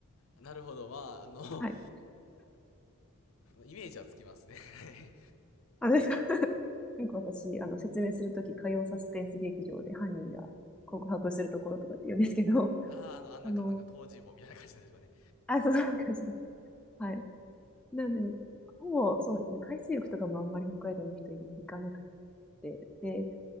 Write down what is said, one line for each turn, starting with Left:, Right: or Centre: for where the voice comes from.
Left: なるほど。まあ、あの、
Centre: はい。
Left: イメージはつきますね。はい。
Centre: あですか <laughs> よく私、あの、説明するとき、火曜サスペンス劇場で犯人が告白するところとかって言うんですけど、
Left: ああ、あの、
Centre: <laughs>
Left: あんなか、
Centre: あの、
Left: なんか、東尋坊みたいな感じなんでしょうかね。
Centre: あ、そう、そんな感じです。はい。なんで、ほぼ、そうですね、海水浴とかもあんまり北海道の人い行かなくて、で、